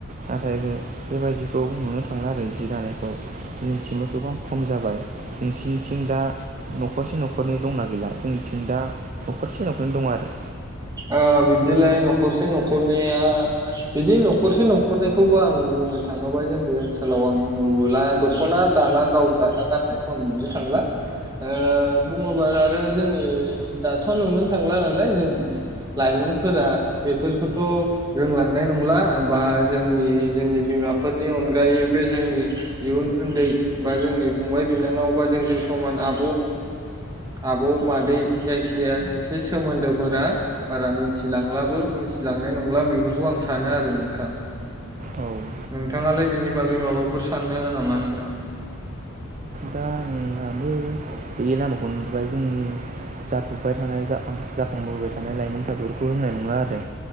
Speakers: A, on the right; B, on the right.
A: नाथाय जों बेबायदिखौ नुनो थांला आरो जि दानाय खौ जोंनिथिंबो गोबां खम जाबाय नोंसिनिथिं दा नख'रसे नख'रनै दंना गैला जोंनिथिं दा नख'रसे नख'रनै दं आरो
B: ओ बिदिलाय नख'रसे नख'रनैया बिदि नख'रसे नख'रनैखौबो आं बुंनो थाङोबा जोंनि ओनसोलाव आं नुला दख'ना दाना गाव दाना गाननायखौ आं नुनो थांला ओ बुङोबा आरो जोंनि दाथ' नुनो थांला नालाय जों लाइमोनफोरा बेफोरखौथ' रोंलांनाय नंला बा जोंनि जोंनि बिमाफोरनि अनगायै बे जोंनि इयुन उन्दै बा जोंनि फंबाय बिनानाव बा जोंजों समान आब' आब' मादै जायखिजाया एसे सोमोन्दोफोरा बारा मिथिलांलाबो मिथिलांनाय नंला बेफोरखौ आं सानो आरो नोंथां।
A: औ औ
B: नोंथाङालाय बेनि बागै माबाफोर सानो नामा नोंथां?
A: दा आंहाबो बे लामाखौ नुबाय जों जाफुबाय थानाय जाखांबोबाय थानाय लाइमोनफ्रा बेफोरखौ रोंनाय नंला आरो